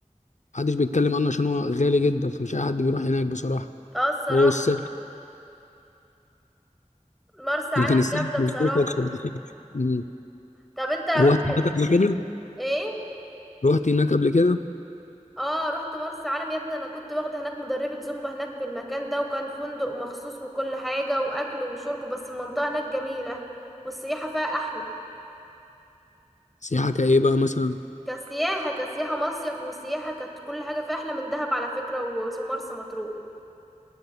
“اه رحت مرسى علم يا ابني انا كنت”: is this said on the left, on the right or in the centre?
Centre